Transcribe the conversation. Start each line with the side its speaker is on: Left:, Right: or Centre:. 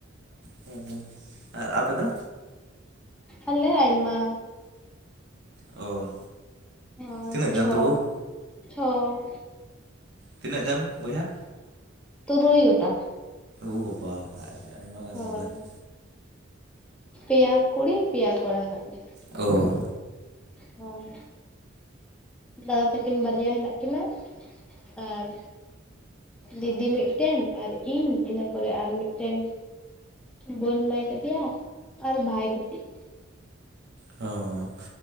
Right: ᱦᱮᱸ ᱟᱨ ᱟᱯᱮ ᱫᱚ?
Centre: ᱟᱞᱮ ᱟᱭᱢᱟ,
Right: ᱚ
Centre: ᱦᱳᱭ
Right: ᱛᱤᱱᱟᱹᱜ
Centre: ᱪᱷᱚ
Right: ᱜᱟᱱ ᱛᱟᱵᱚ
Centre: ᱪᱷᱚ᱾
Right: ᱛᱤᱱᱟᱹᱜ ᱜᱟᱱ ᱵᱚᱭᱦᱟ?
Centre: ᱛᱩᱨᱩᱭ ᱜᱚᱴᱟᱝ᱾
Right: ᱳ ᱵᱟᱵᱟ ᱟᱹᱰᱤ ᱟᱭᱢᱟ ᱜᱟᱱ
Centre: ᱦᱳᱭ
Right: ᱫᱚ ᱛᱟᱦᱚᱞᱮ᱾
Centre: ᱯᱮᱭᱟ ᱠᱩᱲᱤ ᱯᱮᱭᱟ ᱠᱚᱲᱟ ᱦᱮᱱᱟᱜ ᱞᱮᱭᱟ᱾
Right: ᱳ᱾
Centre: ᱦᱚᱭ᱾ ᱫᱟᱫᱟ ᱛᱟᱹᱠᱤᱱ ᱵᱟᱨᱮᱭᱟ ᱦᱮᱱᱟᱜ ᱠᱤᱱᱟ ᱟᱨ ᱫᱤᱫᱤ ᱢᱤᱫᱴᱮᱱ ᱟᱨ ᱤᱧ ᱤᱱᱟᱹ ᱯᱚᱨᱮ ᱟᱨ ᱢᱤᱫᱴᱮᱱ ᱵᱳᱱ ᱢᱮᱱᱟᱭ ᱠᱟᱫᱮᱭᱟ ᱟᱨ ᱵᱷᱟᱭ ᱠᱟᱴᱤᱡ᱾
Right: ᱦᱚᱸ᱾